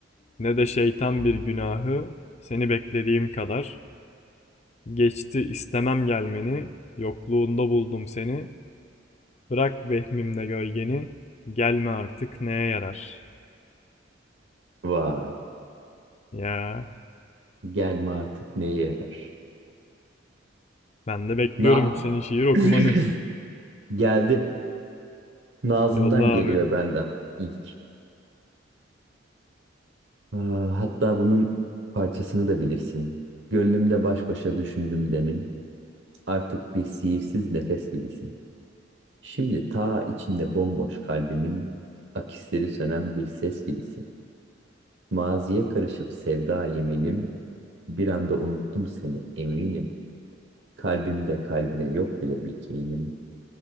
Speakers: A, on the left; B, on the right.
A: ne de şeytan bir günahı seni beklediğim kadar. Geçti istemem gelmeni, yokluğunda buldum seni, Bırak vehmimde gölgeni, gelme artık neye yarar?
B: Vay.
A: Ya,
B: Gelme artık neye yarar?
A: ben de bekliyorum
B: Na
A: senin şiir okumanı.
B: <coughs> <clears throat> Geldi. Nazım'dan
A: Yolla abi.
B: geliyor benden ilk. Aa, hatta bunun parçasını da bilirsin. Gönlümde baş başa düşündüm demin. Artık bir sihirsiz nefes gibisin. Şimdi ta içinde bomboş kalbimin akisleri sönen bir ses gibisin. Maziye karışıp sevda yeminim. Bir anda unuttum seni eminim. Kalbimde kalbine yok bile bir kinim.